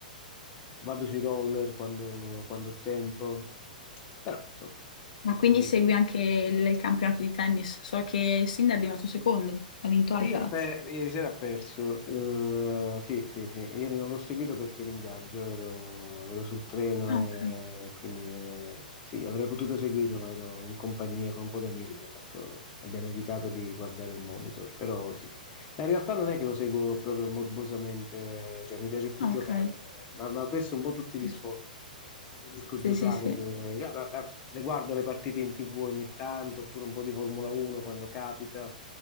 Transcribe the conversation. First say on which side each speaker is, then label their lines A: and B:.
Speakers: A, on the left; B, on the left.
A: vado sui roller quando, quando ho tempo, però insomma, qualcosina.
B: Ma quindi segui anche il, il campionato di tennis? So che Sinner è arrivato secondo, ha vinto
A: Sì,
B: Alcaraz.
A: ha per- ieri sera ha perso. Eh, sì, sì, sì. Ieri non l'ho seguito perché ero in viaggio, ero, ero sul treno
B: Ah, ok.
A: e quindi eh, sì, avrei potuto seguirlo, ma ero in compagnia con un po' di amici, abbiamo fatto- abbiamo evitato di guardare un monitor, però sì. Ma in realtà non è che lo seguo proprio morbosamente, cioè mi piace più
B: Ah,
A: giocare,
B: Ok,
A: ma, ma questo è un po' tutti gli
B: Giusto.
A: sport. Preferisco
B: sì,
A: giocare,
B: sì, sì.
A: che- eh, eh, le guardo le partite in TV ogni tanto, oppure un po' di Formula 1 quando capita